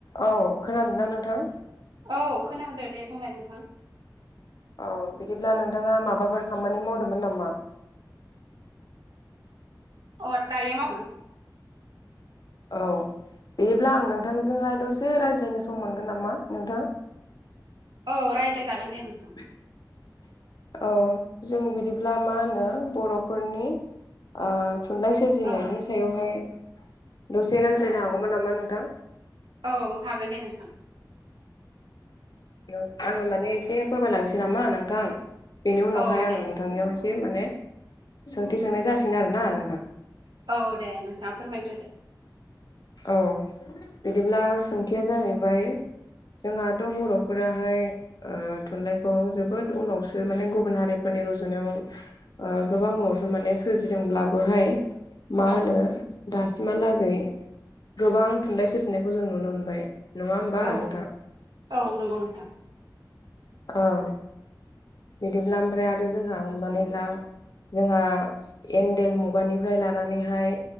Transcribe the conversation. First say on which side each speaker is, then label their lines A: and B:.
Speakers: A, on the left (about 60°); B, on the right (about 85°).
A: औ खोनादोंना नोंथां
B: औ खोनांदो दे बुंलाय नोंथां
A: औ बिदिब्ला नोंथाङा माबाफोर खामानि मावदोमोन नामा?
B: अ दायो मावदों।
A: औ बिदिब्ला आं नोंथांजोंहाय दसे रायज्लायनो सम मोनगोन नामा नोंथां।
B: औ राय्लाइ जागोन दे नोंथां।
A: <unintelligible> औ जों बिदिब्ला मा होनो बर'फोरनि ओ थुनलाइ सो सोरजिनायनि
B: औ
A: सायावहाय दसे रायज्लायनो हागौमोन नामा नोंथां।
B: औ हागोन दे नोंथां।
A: ओ आङो माने एसे फोरमायलांनोसै नामा नोंथां। बेनि उनावहाय
B: औ
A: आं
B: दे
A: नोंथांनियाव एसे माने सोंथि सोंनाय जासिगोन आरोना नोंथां?
B: औ दे नोंथाङा फोरमायग्रोदो।
A: औ बिदिब्ला सोंथिया जाहैबाय जोंहाथ' बर'फोराहाय ओ थुनलाइखौ जोबोद उनावसो माने गुबुन हारिफोरनि रुजुनायाव ओ गोबां उनावसो माने सोरजिदोंब्लाबोहाय मा होनो
B: औ
A: दासिमहालागै गोबां थुनलाइ सोरजिनायखौ जों नुनो मोनबाय नङा होमबा
B: औ
A: नोंथां।
B: औ नंगौ नोंथां
A: औ बिदिब्ला ओमफ्राय आरो जोंहा हमनानै ला जोंहा एनडेल मुगानिफ्राय लानानैहाय